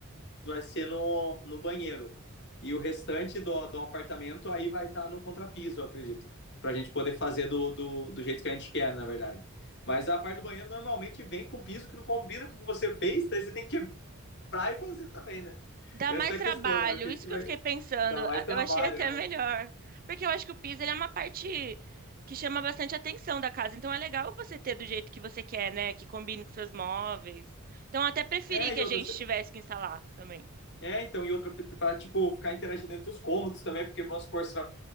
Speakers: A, on the left; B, on the right.
A: vai ser no, no banheiro. E o restante do, do apartamento aí vai estar no contrapiso, eu acredito, para a gente poder fazer do, do, do jeito que a gente quer, na verdade. Mas a parte do banheiro normalmente vem com piso que não combina com o que você fez, daí você tem que quebrar e fazer também, né?
B: Dá
A: Essa
B: mais
A: é
B: trabalho,
A: a questão. Eu acredito
B: isso
A: que
B: que
A: vai,
B: eu fiquei pensando.
A: Dá mais
B: a-
A: trabalho,
B: Eu achei até
A: né?
B: melhor. Porque eu acho que o piso, ele é uma parte que chama bastante atenção da casa. Então é legal você ter do jeito que você quer, né? Que combine com seus móveis. Então eu até preferi
A: É,
B: que
A: e
B: a
A: outra.
B: gente tivesse que instalar também.
A: É, então, e outra para tipo, ficar interagindo entre os cômodos também, porque vamos supor, você